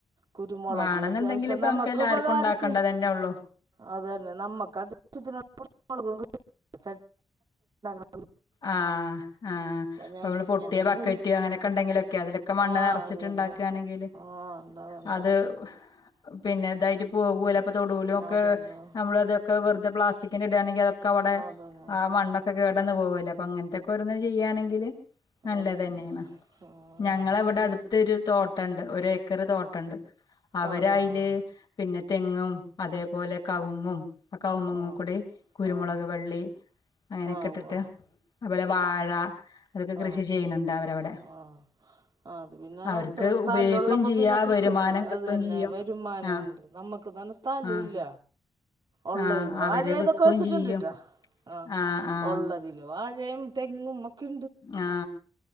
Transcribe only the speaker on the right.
കുരുമൊളക്
അത്യാവശ്യം
നമ്മക്ക്
ഉപകാരത്ത്
അത് തന്നെ നമ്മക്ക് അത്യാ <unintelligible> ച <inaudible>
ഞാൻ
എൻ്റെ
മൂന്ന്
ആഹ്
അത് തന്നെ
ആഹ് അതന്നെ
അതന്നെ
അതന്നെ
അതന്നെ
ആഹ് അങ്ങനെയൊക്കെ
ചെയ്യാറുണ്ട്
ആഹ് ആഹ്
ആഹ്
ആഹ് ആഹ്
ആഹ്
ഉവ്വ
ആ,
ആ, ആ അത് പിന്നെ
ഇത്രയും സ്ഥല
ഉള്ളപ്പോ
പിന്നെ കൃഷി
ചെയ്യാലോ
അത് തന്നെ
വരുമാനമുണ്ട്,
നമ്മുക്ക് നല്ലസ്ഥലം
ഇല്ല. ഉള്ളേല്‌
വാഴേ,
അതൊക്കെ വെച്ചിട്ടുണ്ടിട്ടോ,
ആ
ഉള്ളതിൽ വാഴയും തെങ്ങും മൊക്കെ